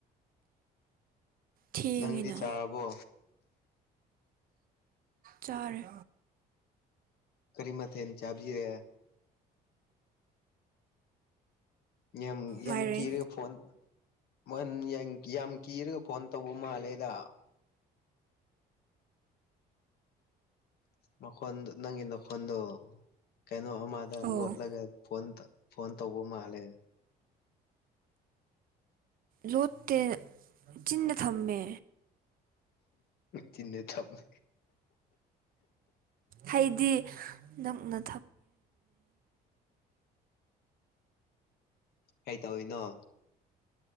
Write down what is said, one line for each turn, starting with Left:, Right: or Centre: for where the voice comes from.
Right: ꯊꯦꯡꯉꯤꯅ
Left: ꯅꯪꯗꯤ ꯆꯥꯔꯕꯣ
Right: ꯆꯔ
Left: ꯀꯔꯤꯃꯊꯦꯜ ꯆꯥꯕꯤꯔꯦ ꯌꯥꯝ ꯌꯥꯝ
Right: ꯃꯥꯏꯔꯦꯟ
Left: ꯀꯤꯔꯒ ꯐꯣꯟ ꯃ ꯌꯥꯝ ꯌꯥꯝ ꯀꯤꯔꯒ ꯐꯟ ꯇꯧꯕꯃꯟ ꯂꯦꯗꯥ ꯃꯈꯣꯟ ꯅꯪꯒꯤ ꯃꯈꯣꯟꯗꯣ ꯀꯩꯅꯣ ꯑꯃꯗ
Right: ꯑꯣ
Left: ꯂꯣꯠꯂꯒ ꯐꯣꯟ ꯐꯣꯟ ꯇꯧꯕ ꯃꯥꯜꯂꯦ
Right: ꯂꯣꯠꯇꯦ ꯆꯤꯟꯅ ꯊꯝꯃꯦ
Left: ꯆꯤꯟꯗ ꯊꯝꯃꯦ
Right: ꯍꯥꯏꯗꯤ ꯅꯪꯅ
Left: ꯀꯩ ꯇꯧꯋꯤꯅꯣ